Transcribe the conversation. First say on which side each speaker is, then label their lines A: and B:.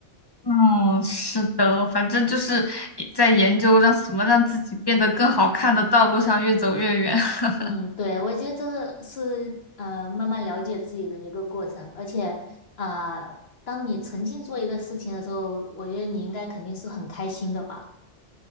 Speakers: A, on the left; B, on the left.
A: 嗯，是的，反正就是在研究让什么让自己变得更好看的道路上越走越远。<laughs>
B: 嗯，对，我觉得这是呃慢慢了解自己的一个过程，而且呃，当你沉浸做一个事情的时候，我觉得你应该肯定是很开心的吧？